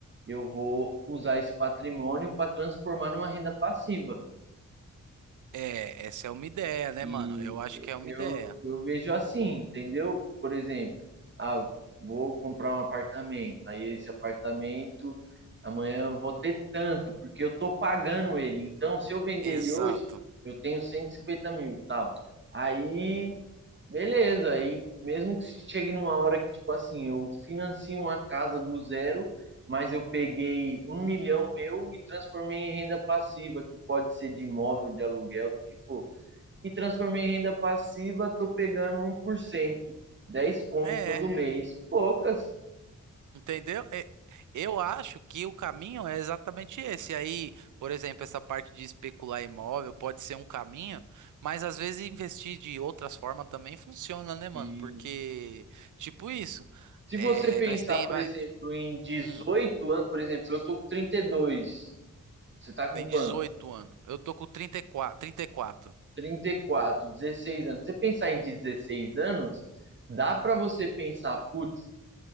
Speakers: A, on the right (about 35°); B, on the right (about 65°).
A: eu vou usar esse patrimônio para transformar numa renda passiva.
B: É, essa é uma ideia, né,
A: E
B: mano? Eu acho que é uma
A: eu,
B: ideia.
A: eu vejo assim, entendeu? Por exemplo, ah, vou comprar um apartamento, aí esse apartamento amanhã eu vou ter tanto, porque eu tô pagando ele. Então, se eu vender
B: Exato.
A: ele hoje, eu tenho 150 mil, tal. Aí, beleza, aí mesmo que chegue numa hora que, tipo assim, eu financio uma casa do zero, mas eu peguei um milhão meu e transformei em renda passiva, que pode ser de imóvel, de aluguel, do que for e transformei em renda passiva, tô pegando um por cento dez conto
B: É,
A: todo mês. Poucas.
B: entendeu? É, eu acho que o caminho é exatamente esse. Aí, por exemplo, essa parte de especular imóvel pode ser um caminho, mas às vezes investir de outras formas também funciona, né, mano?
A: Isso.
B: Porque, tipo isso,
A: Se
B: é,
A: você pensar,
B: nós tem,
A: por
B: vai,
A: exemplo, em dezoito
B: hum,
A: anos, por exemplo, eu tô com trinta e dois Você tá com
B: tem
A: quanto?
B: 18 anos. Eu tô com 34, 34.
A: trinta e quatro, 16 anos. Você pensar em 16 anos, dá para você pensar, putz,